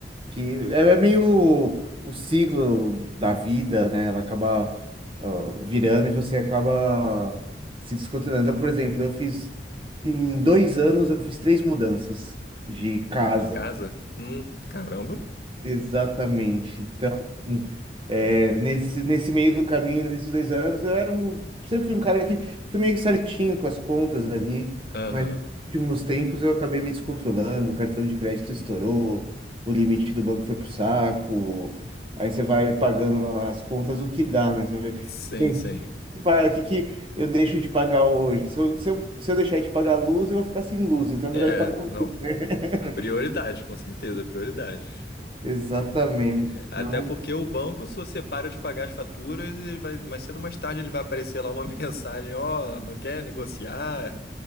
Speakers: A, on the right; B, on the left.
A: que é é meio o ciclo da vida, né? Ela acaba, ó, virando e você acaba se descontrolando. Então, por exemplo, eu fiz, em dois anos, eu fiz três mudanças de casa.
B: De casa? Hum, caramba.
A: Exatamente. Então, hum, é, nesse, nesse meio do caminho, nesses dois anos, eu era um, sempre fui um cara que fui meio que certinho com as contas ali,
B: Aham.
A: mas nos últimos tempos eu acabei me descontrolando, o cartão de crédito estourou, o limite do banco foi pro saco, aí você vai pagando as contas o que dá, né? Você vê,
B: Sim,
A: bem,
B: sim.
A: pá, o que que eu deixo de pagar hoje? Se eu, se eu, se eu deixar de pagar a luz, eu vou ficar sem luz, então é
B: É,
A: melhor eu pagar.
B: não.
A: <laughs>
B: Prioridade, com certeza, prioridade.
A: Exatamente. Então,
B: Até porque o banco, se você para de pagar as faturas, ele vai, mais cedo ou mais tarde ele vai aparecer lá uma <laughs> mensagem, ó, não quer negociar?